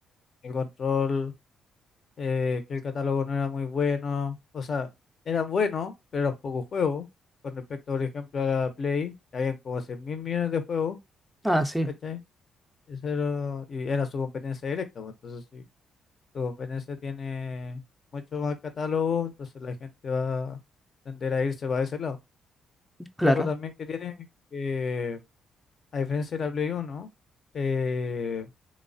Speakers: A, on the left; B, in the centre.
A: el control. eh, que el catálogo no era muy bueno, o sea, era bueno, pero eran pocos juegos, con respecto, por ejemplo, a la Play, que habían como 100 mil millones de juegos,
B: Ah, sí,
A: ¿cachai? Eso era, y era su competencia directa, pues, entonces si su competencia tiene mucho más catálogo, entonces la gente va a tender a irse para ese lado.
B: claro.
A: Lo otro también que tiene es que, a diferencia de la Play uno eh,